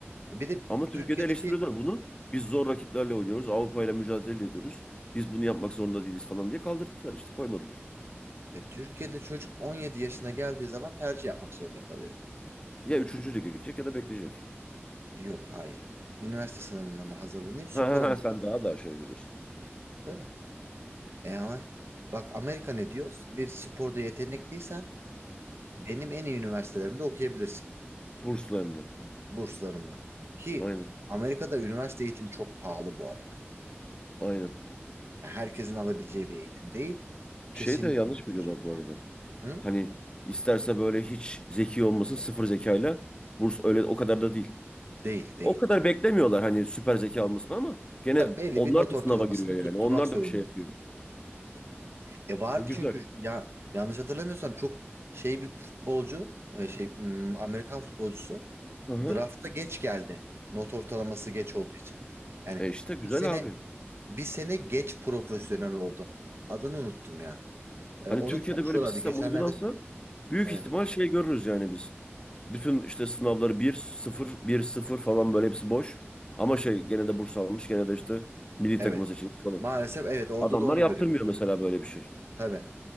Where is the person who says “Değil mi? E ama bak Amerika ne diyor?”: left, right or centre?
Right